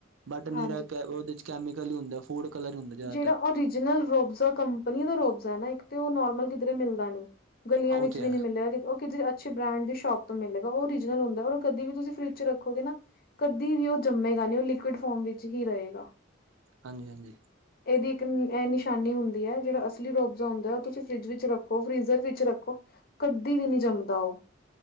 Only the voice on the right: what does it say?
ਬਟ ਨੀਰਾ
ਕੈ ਉਹਦੇ ਚ ਕੈਮੀਕਲ ਹੀ ਹੁੰਦੈ ਫੂਡ ਕਲਰ ਹੀ ਹੁੰਦਾ ਜ਼ਿਆਦਾਤਰ
ਉਹ
ਤੇ
ਹੈ
ਹਾਂਜੀ-ਹਾਂਜੀ।